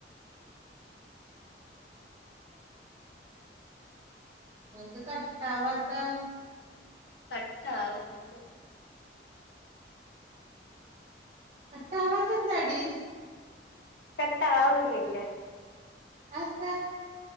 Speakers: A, on the right; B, on the left.
A: എന്ത് കട്ടാവാത്ത
B: കട്ടു ആവുന്നില്ല
A: കട്ട ആവാത്ത എന്താടി
B: കട്ടാവുന്നില്ല
A: അതെന്താ